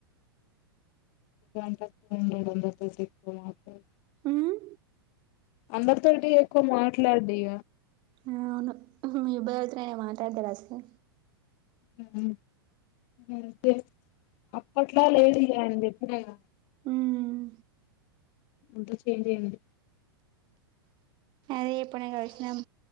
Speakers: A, on the left; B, on the right.
A: ఎంట <unintelligible> మాత్ర
B: మ్మ్
A: అందరితోని ఎక్కువ మాట్లాడిగ
B: ఆ అవును మీ అబ్బాయ్ ఎవరితోనైనా మాట్లాడుతాడా అసలు
A: హు అంతే అప్పట్లా లేడు ఇగ అయిన చెప్పిన గ
B: మ్మ్
A: అంత చేంజ్ ఆఇంది
B: అది ఎప్పుడ కసినం